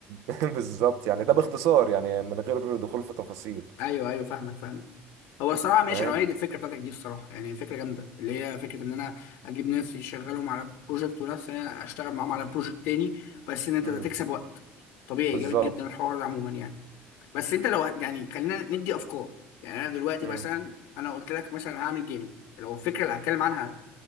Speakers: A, on the right; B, on the left.
A: <laughs> بالظبط يعني ده باختصار
B: أيوة.
A: يعني من غير دخول في تفاصيل
B: ايوه ايوه فاهمك فاهمك هو الصراحه ماشي
A: فاهم
B: انا اؤيد الفكره بتاعتك دي الصراحه يعني فكره جامده اللي هي فكره ان انا اجيب ناس يشغلهم على بروجكت وناس انا اشتغل معاهم على بروجكت تاني بس ان انت
A: مم.
B: تكسب وقت طبيعي
A: بالظبط
B: جامد جدا الحوار ده عموما يعني بس انت لو يعني خلينا ندي افكار يعني انا دلوقتي
A: مم.
B: مثلا انا قلت لك مثلا هعمل جيمنج لو الفكره اللي هتكلم عنها